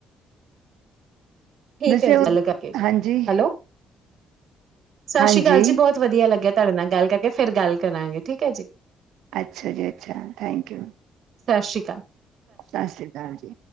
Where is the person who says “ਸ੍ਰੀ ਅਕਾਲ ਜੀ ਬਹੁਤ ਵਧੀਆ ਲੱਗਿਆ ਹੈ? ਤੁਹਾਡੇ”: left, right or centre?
Right